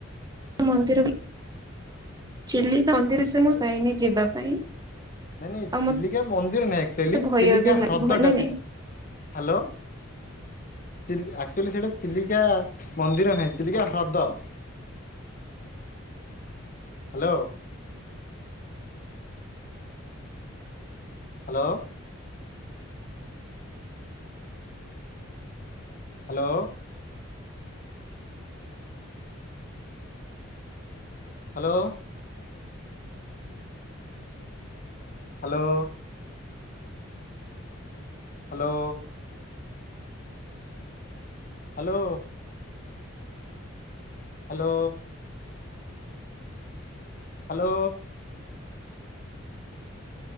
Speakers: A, on the right; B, on the left.
A: ମନ୍ଦିର ବିଚିଲିକା ମନ୍ଦିର ସେ ମୁଁ ଯାଇନି ଯିବା ପାଇଁ
B: ନାଇଁ ନାଇଁ
A: ଆଉ
B: ଚିଲିକା ମନ୍ଦିର ନାଇଁ ଆକୋଚ୍ଚୋଲି
A: ମତେ ଭୟ
B: ଚିଲିକା
A: ବି ଲାଗେ
B: ହ୍ରଦ ଟା
A: ନାଇଁ
B: ସେଇଟା।
A: ନାଇଁ
B: ହ୍ୟାଲୋ ଚିଲିଆକ୍ଚୁଲି ସେଇଟା ଚିଲିକା ମନ୍ଦିର ନାହିଁ ଚିଲିକା ହ୍ରଦ। Hello hello hello. Hello hello. Hello hello hello. Hello.